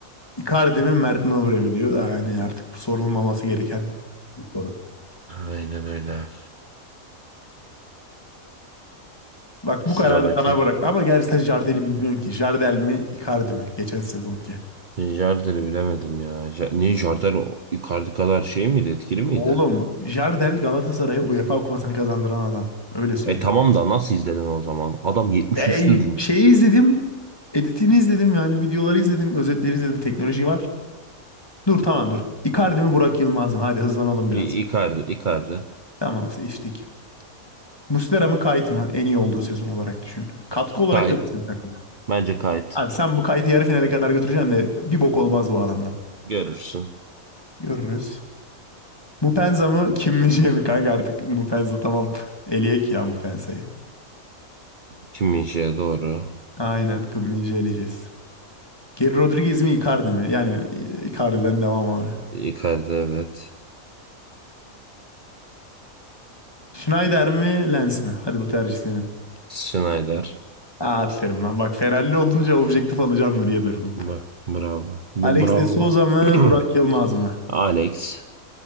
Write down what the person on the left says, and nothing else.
Icardi mi Mert Nobre mi diyor da yani artık bu sorulmaması gereken bir soru.
Bak bu
kararı sana bırak. Ama gerçi sen Jardel'i bilmiyorsun ki. Jardel mi Icardi mi? Geçen sezonki.
Oğlum Jardel Galatasaray'a UEFA kupasını kazandıran adam. Öyle söyleyeyim.
Ya, e, şeyi izledim. Editini izledim yani videoları izledim. Özetleri izledim. Teknoloji var. Dur tamam dur. Icardi mi Burak Yılmaz mı? Hadi hızlanalım
biraz.
Tamam seçtik. Muslera mı Kayt mı? En iyi olduğu sezon olarak düşün. Katkı olarak
da düşün takıma.
Abi sen bu Kayt'ı yarı finale kadar götüreceksin de bir bok olmaz bu adamdan.
Görürüz. Mupenza mı Kim min mi kanka artık Mupenza tamam. <laughs> Eliyek ya Mupenza'yı.
Aynen Kim min diyeceğiz. Geri Rodriguez mi Icardi mi? Yani e, Icardi'den devam abi.
Schneider mi Lens mi? Hadi bu tercih senin.
Aa aferin lan. Bak Ferrari olunca objektif alacağım mı diye durdum.
Alex
de Souza
mı
Burak Yılmaz mı?